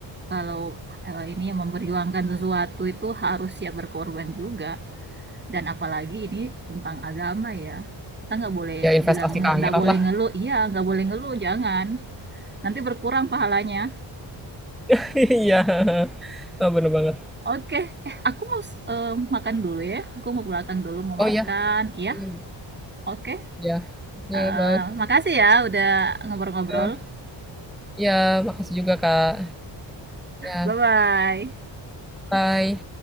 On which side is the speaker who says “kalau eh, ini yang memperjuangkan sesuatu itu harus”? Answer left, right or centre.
Right